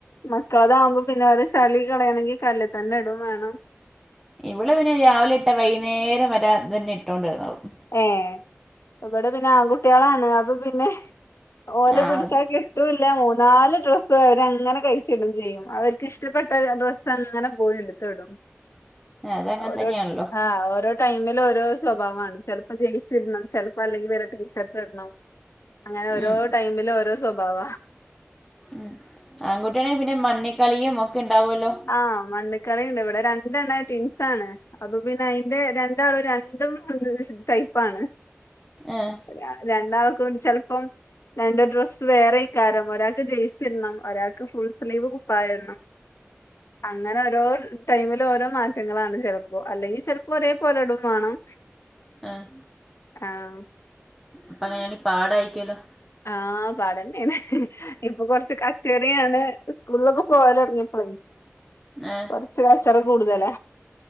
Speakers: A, on the left; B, in the centre.
A: മക്കളതആകുമ്പോ പിന്നെ അത് ചളി കളയണമെങ്കിൽ കല്ലല് തന്നെ ഇടവും വേണം
B: ഇവിടെ പിന്നെ രാവിലെ ഇട്ടാ വൈകുന്നേരം വരെ അത് തന്നെ ഇട്ടോട്ട് കിടന്നോളും
A: ഏയെ ഇവിടെ പിന്നെ ആൺകുട്ടികളാണ് അപ്പൊ പിന്നെ ഓല
B: ആ
A: പിടിച്ചകി- ട്ടുല്ല മൂന്നാല് ഡ്രസ്സ് അവര അങ്ങനെ കഴിച്ചിടും ചെയ്യും അവർക്ക് ഇഷ്ടപ്പെട്ട ഡ- ങ്ങനെ പോയി എടുത്തിടും
B: ആ, അതങ്ങനെ
A: ഓരോ
B: തന്നെയാണല്ലോ
A: ആഹ് ഓരോ ടൈമിൽ ഓരോ സ്വഭാവമാണ് ചിലപ്പോ ജേഴ്സി ഇടണം ചിലപ്പോ അല്ലെങ്കിൽ ടീഷർട്ട് ഇടണം അങ്ങനെ ഓരോ
B: ഉം.
A: ടൈമില് ഓരോ സ്വഭാവ
B: ഉം ആൺകുട്ടിയാണെങ്കിൽ പിന്നെ മണ്ണിക്കളിയും ഒക്കെ ഉണ്ടാവല്ലോ
A: ആഹ് മണ്ണ്ക്കളിണ്ട് ഇവിടെ രണ്ടെണ്ണം ട്വിൻസാണ് അപ്പൊ പിന്നെ അയിന്റെ രണ്ടാളും രണ്ടും ടൈപ്പാണ്
B: ഏഹ്
A: ഞാന് രണ്ടാൾക്ക് ചെൽപ്പം രണ്ട് ഡ്രസ്സ് വേറെയ്കാരം ഒരാൾക്ക് ജെയിസ് ഇടണം ഒരാൾക്ക് ഫുൾ സ്ലീവ് കുപ്പായ ഇടണം അങ്ങനെ ഓരോ ടൈമിൽ ഓരോ മാറ്റങ്ങളാണ് ചെലപ്പോ അല്ലെങ്കിൽ ചെൽപ്പോ ഒരേ പോലെടും വേണം
B: ഏഹ്
A: ആഹ്
B: അപ്പൊ അങ്ങനെയാണീ പാടായിക്കല്ലോ
A: ആഹ് പാടന്നാണ് ഇപ്പൊ കൊർച്ച് കച്ച റയാണ് സ്കൂളിലൊക്കെ പോവലൊടങ്ങിയപ്പളെ
B: ഏഹ്
A: കൊർച് കച്ചറ കൂടുതല